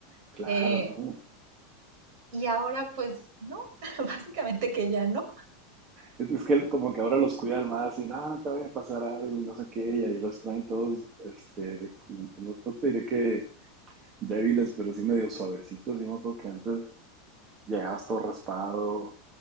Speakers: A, on the right (about 35°); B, on the right (about 55°).
A: Claro,
B: Eh,
A: ¿no?
B: Y ahora pues no, <laughs> básicamente que ya no.
A: Es que como que ahora los cuidan más y no, no te vaya a pasar algo y no sé qué, y ahí los traen todos, este, como, pues, no, no te diré que débiles, pero sí medio suavecitos. Y me acuerdo que antes llegabas todo raspado,